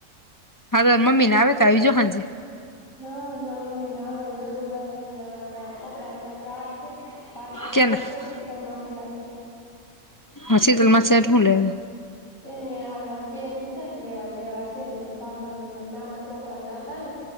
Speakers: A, on the left; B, on the left.
A: હા તો મમ્મીને આવે તો આવીજો હંજે.
B: હા મ મમી ના એલ જગુદ ધન <unintelligible> કપડા લેવાના જવાનું છે ભાર્ગવી
A: ક્યાંના
B: હાટું ને શીતલ માસી હાટું.
A: હછી જેલમાં છેેટ હું લે.
B: એને આપડે આમ પેર લીધા ને એવા લેવા છે. ને ભાર્ગવી નો નાના છોકરા ના હતા ને?